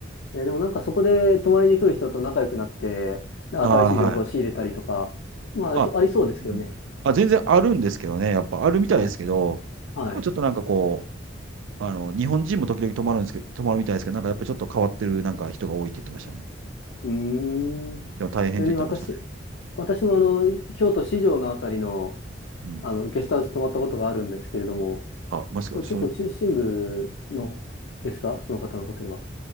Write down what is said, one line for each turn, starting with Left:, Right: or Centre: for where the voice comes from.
Left: えー、でもなんかそこで泊まりに来る人と仲良くなって、なんか新しい情報を仕入れたりとか、
Right: ああ、はい。
Left: まあ、
Right: あ、
Left: ありありそうですけどね。
Right: うん。あ、全然あるんですけどね。やっぱあるみたいですけど、
Left: はい。はい。
Right: でもちょっとなんかこう、あの、日本人も時々泊まるんですけど、泊まるみたいですけど、なんかやっぱちょっと変わってるなんか人が多いって言ってましたね。
Left: うーん。
Right: うんでも大変って言ってましたね。
Left: ちなみに私、私もあの、京都市場のあたりの、
Right: うん。
Left: あの、ゲストハウス泊まったことがあるんですけれども、
Right: あ、もしか、
Left: そう、
Right: そう、
Left: 結構中心部の、ですかその方のホテルは。